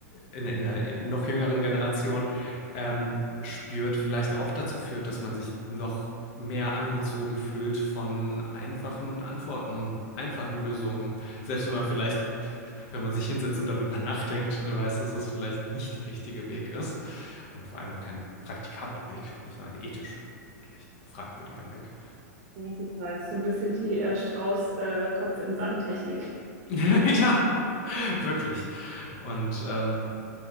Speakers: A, on the left (about 50°); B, on the right (about 50°).
A: in, in einer noch jüngeren Generation ähm, spürt, vielleicht auch dazu führt, dass man sich noch mehr angezogen fühlt von einfachen Antworten, einfachen Lösungen. Selbst wenn man vielleicht, wenn man sich hinsetzt und darüber <laughs> nachdenkt, weiß, dass es vielleicht nicht der richtige Weg ist und vor allem auch kein praktikabler Weg, nicht nur ein ethisch vielleicht fragwürdiger Weg.
B: Ja, total. Das ist so ein bisschen die äh, Strauß-Kopf-in-Sand-Technik.
A: <laughs> Ja, wirklich. Und ähm,